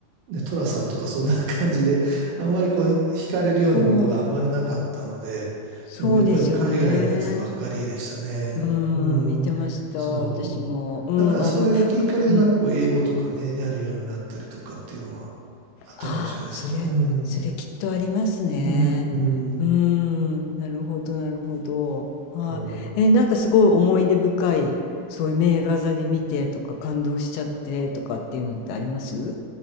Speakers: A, on the right (about 80°); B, on the left (about 85°).
A: う、で、トラさんとかそんな感じで、あんまりこう、惹かれるようなものがあんまりなかったので、
B: そう、そうですよね。
A: うん、やっぱり海外のやつばっかりでしたね。
B: うん、
A: うん、
B: 見てました、
A: そう。
B: 私も。うん、
A: だからそれがきっかけでなんかこう、
B: あの、うん、
A: 英語とかね、やるようになったりとかっていうのはあったかもしれないですね。
B: ああ、それ、
A: うん、
B: それきっとありますね。
A: うん、うん
B: うーん、なるほど、なるほど。はい。
A: そう
B: え、なんかすごい思い出深い、そういう名画座で見てとか感動しちゃってとかっていうのってあります